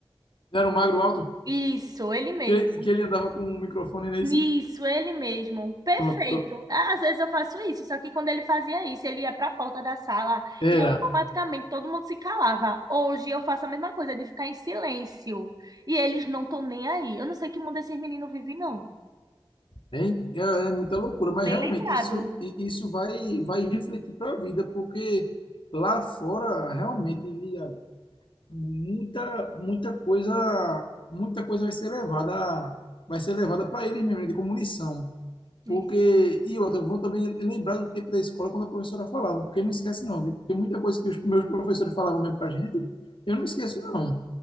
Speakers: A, on the left (about 65°); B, on the right (about 40°).
A: Era um magro alto,
B: Isso, ele mesmo.
A: que, que ele andava com um microfone nesse.
B: Isso, ele mesmo. Perfeito.
A: Pronto.
B: Às vezes eu faço isso, só que quando ele fazia isso, ele ia para a porta da sala
A: Era.
B: e automaticamente todo mundo se calava. Hoje eu faço a mesma coisa, de ficar em silêncio. E eles não estão nem aí. Eu não sei que mundo esses meninos vivem, não.
A: É, é é muita loucura, mas
B: Nem
A: realmente
B: lembrado.
A: isso, i- isso vai, vai refletir para a vida, porque lá fora realmente via muita, muita coisa, muita coisa vai ser levada, vai ser levada para eles mesmo, né, de como lição.
B: Isso.
A: Porque, e outra, eu vou também lembrar do tempo da escola quando a professora falava, porque não esquece não, viu? Tem muita coisa que os meus professores falavam mesmo para gente, eu não esqueço não.